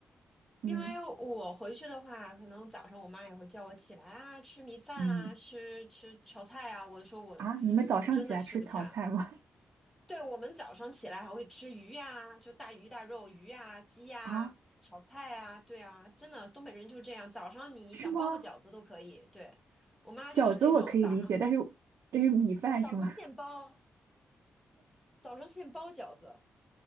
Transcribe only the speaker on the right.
嗯
嗯，
啊，你们早上起来吃炒菜吗？
啊，
是吗？
饺子我可以理解，但是这是米饭是吗？
<laughs>